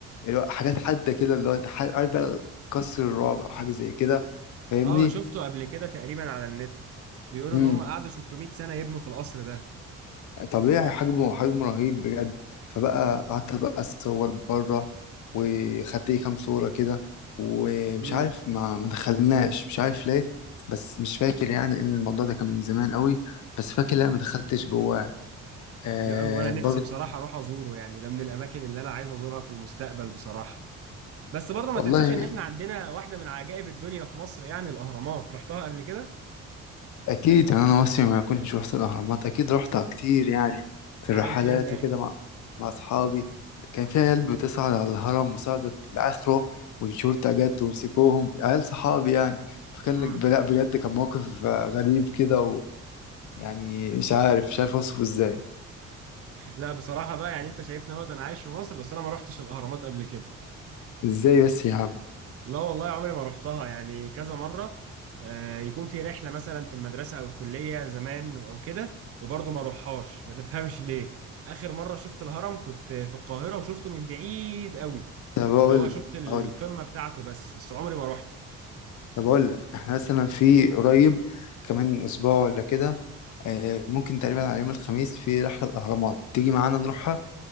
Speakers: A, on the left; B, on the right.
A: اللي هو حاجات حادة كده اللي هو تح- عارف بقى قصر الرعب أو حاجة زي كده فاهمني؟
B: اه شفته قبل كده تقريبا على النت بيقولوا
A: امم
B: ان هم قعدوا 600 سنه يبنوا في القصر ده
A: طبيعي حجمه حجمه رهيب بجد فبقى قعدت بقى اتصور بره وخدت لي كام صورة كده ومش
B: امم
A: عارف ما ما دخلناش مش عارف ليه بس مش فاكر يعني ان الموضوع ده كان من زمان قوي بس فاكر لا ما دخلتش جواه آه
B: لا هو انا نفسي
A: برضه
B: بصراحه اروح ازوره يعني ده من الاماكن اللي انا عايز ازورها في المستقبل بصراحه بس برضه ما
A: والله
B: تنساش ان احنا عندنا واحده من عجائب الدنيا في مصر يعني الاهرامات رحتها قبل كده
A: اكيد يعني انا مصري ما كنتش رحت الاهرامات اكيد رحتها كتير يعني في
B: عملت
A: الرحلات
B: ايه هناك
A: وكده مع مع اصحابي كان في عيال بتصعد على الهرم وصعدت لاخره والشرطه جت ومسكوهم عيال صحابي يعني فكان
B: امم
A: لك لا بجد كان موقف آه، غريب كده ويعني مش عارف مش عارف اوصفه ازاي
B: لا بصراحه بقى يعني انت شايفني اهوت انا عايش في مصر بس انا ما رحتش الاهرامات قبل كده
A: ازاي بس يا عم
B: لا والله عمري ما رحتها يعني كذا مرة آه، يكون في رحلة مثلا في المدرسة أو الكلية زمان أو كده وبرضه ما روحهاش ما تفهمش ليه آخر مرة شفت الهرم كنت في القاهرة وشفته من بعيد قوي
A: طب اقول
B: اللي هو شفت
A: لك
B: القمة
A: اقول لك
B: بتاعته بس بس عمري ما روحته
A: طب اقول لك احنا مثلا في قريب كمان اسبوع ولا كده آه، ممكن تقريبا على يوم الخميس في رحله الاهرامات تيجي معانا نروح